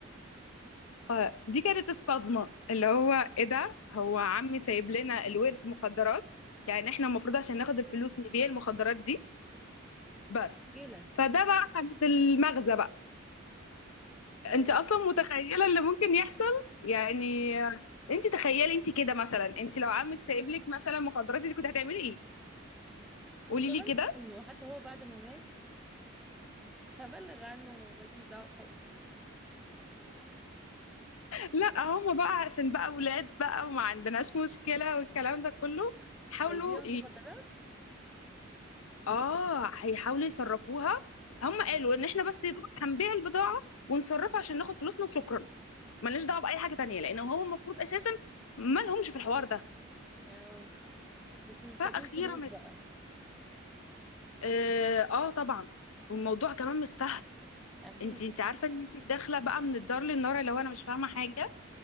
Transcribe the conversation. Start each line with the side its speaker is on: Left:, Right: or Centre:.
Centre: آه.
Left: فدي كانت الصدمة اللي هو ايه ده هو عمي سايب لنا الورث مخدرات يعني احنا المفروض عشان ناخد الفلوس نبيع المخدرات دي بس
Centre: كده
Left: فده بقى كانت المغزى بقى
Centre: اه
Left: انت اصلا متخيلة اللي ممكن يحصل يعني انت تخيلي انت كده مثلا انت لو عمك سايب لك مثلا مخدرات انت كنت هتعملي ايه قولي
Centre: كنت ابلغ
Left: لي كده
Centre: عنه حتى هو بعد ما مات هبلغ عنه وماليش دعوه بحاجه
Left: لا هم بقى عشان بقى ولاد بقى وما عندناش مشكلة والكلام ده كله حاولوا
Centre: هيبيعوا المخدرات
Left: اه هيحاولوا يصرفوها هم قالوا
Centre: اه
Left: ان احنا بس يا دوبك هنبيع البضاعه ونصرفها عشان ناخد فلوسنا وشكرا ملناش دعوه باي حاجه تانية لان هو المفروض اساسا ما لهمش في الحوار ده
Centre: اه بس محتاجين
Left: فاخيرا
Centre: فلوس بقى
Left: اه, آه طبعا والموضوع كمان مش سهل
Centre: اكيد
Left: انت انت عارفه ان انت داخله بقى من الدار للنار لو انا مش فاهمه حاجه